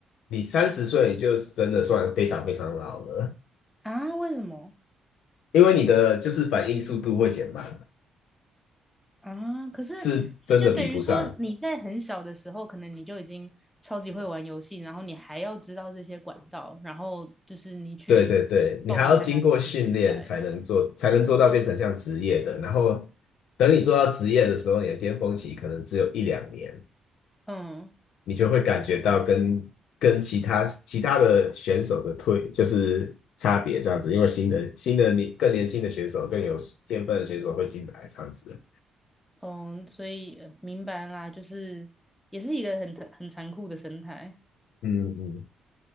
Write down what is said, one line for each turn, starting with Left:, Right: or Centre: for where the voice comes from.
Left: 你三十岁，你就真的算非常非常老了，
Centre: 啊，为什么
Left: 因为你的就是反应速度会减慢，
Centre: 啊？可是那就等于说你在很小的时候，
Left: 是真的比不上。
Centre: 可能你就已经超级会玩游戏，然后你还要知道这些管道，然后就是你去报名参加这些比赛。
Left: 对对对，你还要经过训练才能做，才能做到变成像职业的。然后等你做到职业的时候，你的巅峰期可能只有一两年。
Centre: 嗯
Left: 你就会感觉到跟跟其他其他的选手的退就是差别这样子，因为新的新的年更年轻的选手更有天分的选手会进来这样子。
Centre: 嗯，所以呃明白啦，就是也是一个很很残酷的生态。
Left: 嗯嗯，